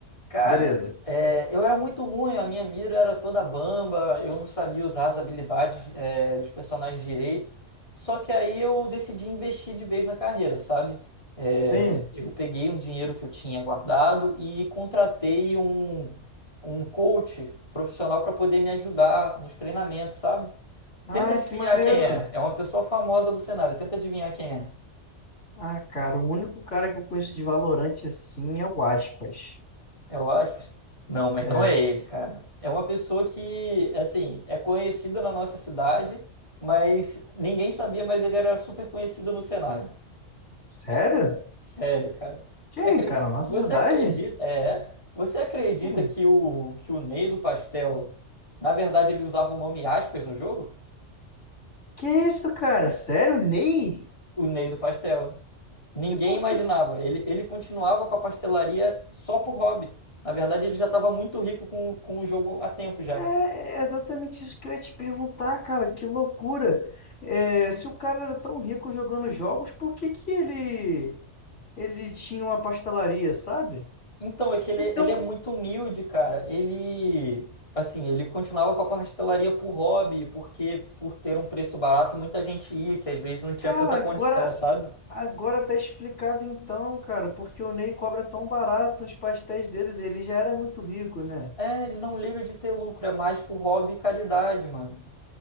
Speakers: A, on the left; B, on the left.
A: Cara,
B: Beleza.
A: é, eu era muito ruim, a minha mira era toda bamba, eu não sabia usar as habilidades, é, dos personagens direito. Só que aí eu decidi investir de vez na carreira, sabe? É,
B: Sim.
A: eu peguei um dinheiro que eu tinha guardado e contratei um, um coach profissional para poder me ajudar nos treinamentos, sabe?
B: Ah,
A: Tenta adivinhar
B: que maneiro.
A: quem é. É uma pessoa famosa do cenário. Tenta adivinhar quem é.
B: Ah, cara, o único cara que eu conheço de Valorante assim é o Aspas.
A: É o Aspas? Não, mas
B: É.
A: não é ele, cara. É uma pessoa que, assim, é conhecida na nossa cidade, mas ninguém sabia, mas ele era super conhecido no cenário.
B: Sério?
A: Sério, cara.
B: Quem,
A: Você acre-
B: cara? Nossa
A: você
B: cidade?
A: acredita, é, você acredita
B: Quem?
A: que o que o Ney do Pastel, na verdade, ele usava o nome Aspas no jogo?
B: Que isso, cara? Sério, Ney?
A: o Ney do Pastel. Ninguém
B: E por
A: imaginava.
B: que?
A: Ele, ele continuava com a pastelaria só por hobby. Na verdade, ele já estava muito rico com, com o jogo há tempo já.
B: É é exatamente isso que eu ia te perguntar, cara. Que loucura. É, se o cara era tão rico jogando jogos, por que que ele ele tinha uma pastelaria, sabe?
A: Então, é que ele,
B: Então,
A: ele é muito humilde, cara. Ele, assim, ele continuava com a pastelaria por hobby, porque por ter um preço barato, muita gente ia, que às vezes não tinha
B: Cara,
A: tanta condição,
B: agora,
A: sabe?
B: agora tá explicado então, cara, porque o Ney cobra tão barato os pastéis deles, ele já era muito rico, né?
A: É, ele não liga de ter lucro, é mais por hobby e caridade, mano.